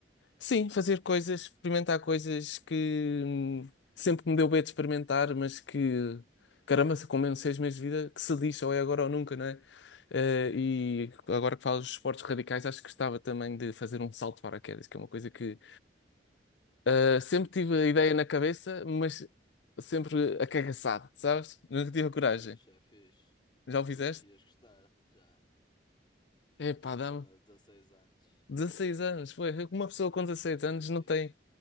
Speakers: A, on the left; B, on the left.
A: Sim, fazer coisas, experimentar coisas que hum, sempre me deu bem de experimentar, mas que, caramba, se como eu não sei as minhas vidas, que se lixa, ou é agora ou nunca, não é? Eh, e agora que falas dos esportes radicais, acho que gostava também de fazer um salto de paraquedas, que é uma coisa que eh, sempre tive
B: É,
A: a ideia na cabeça, mas sempre acagaçado, sabes? Nunca tive
B: é,
A: a coragem.
B: é fixe, é fixe.
A: Já
B: É
A: o fizeste?
B: fixe, ias gostar, já.
A: Epá,
B: Foi a minha
A: dá-me
B: prenda de 16 anos.
A: dezasseis
B: Foi,
A: anos, foi. Uma pessoa com
B: já,
A: 16
B: foi
A: anos
B: divertido.
A: não tem,